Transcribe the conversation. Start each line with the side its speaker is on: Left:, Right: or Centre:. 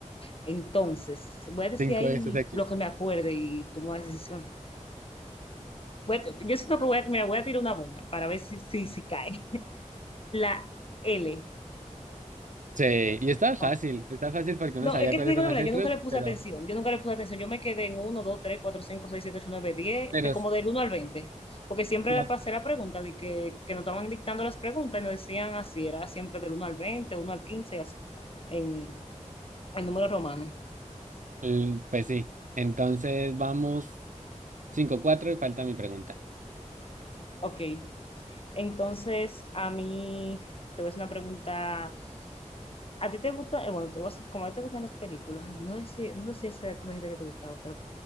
Left: Entonces, voy a decir
Right: cinco
Left: ahí
Right: de X.
Left: lo que me acuerde y tomo la decisión. Voy a- yo siento que voy a, mira, voy a tirar una bomba para ver si, si, si cae. <laughs> La L.
Right: Sí, y está
Left: Oh,
Right: fácil, está fácil porque
Left: No,
Right: uno sabía
Left: es que
Right: cuáles
Left: te digo
Right: son
Left: la
Right: las
Left: verdad,
Right: letras,
Left: yo nunca le puse
Right: pero,
Left: atención, yo nunca le puse atención, yo me quedé en uno dos tres cuatro cinco seis siete ocho nueve diez
Right: pero
Left: de como
Right: s-
Left: del uno al veinte porque siempre
Right: la-
Left: la pasé la pregunta, de que, que nos estaban dictando las preguntas y nos decían así, era siempre del uno al veinte uno al 15 y así, en, en número romano.
Right: l- pues sí. Entonces vamos cinco cuatro y falta mi pregunta.
Left: Ok, Entonces, a mí, te voy a hacer una pregunta. ¿A ti te gusta? eh, bueno, te voy a hacer, como a ti te gustan las películas, <laughs> no sé si, no sé si ese tú me dijiste que te gustaba, pero